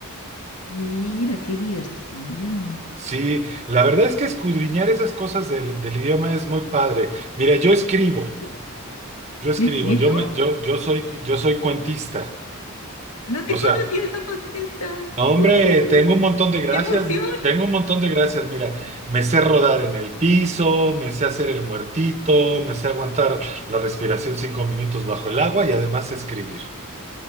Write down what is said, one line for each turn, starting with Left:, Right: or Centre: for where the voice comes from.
Left: Mira, qué divertido.
Right: Sí, la verdad es que escudriñar esas cosas del, del idioma es muy padre. Mira, yo escribo,
Left: Eh,
Right: yo escribo,
Left: ¿En serio?
Right: yo me, yo, yo soy, yo soy cuentista.
Left: No te
Right: O sea,
Left: conocía esa faceta.
Right: no, hombre,
Left: Uy,
Right: tengo un montón de gracias,
Left: qué emoción.
Right: tengo un montón de gracias. Mira, me sé rodar en el piso, me sé hacer el muertito, me sé aguantar la respiración cinco minutos bajo el agua y además sé escribir.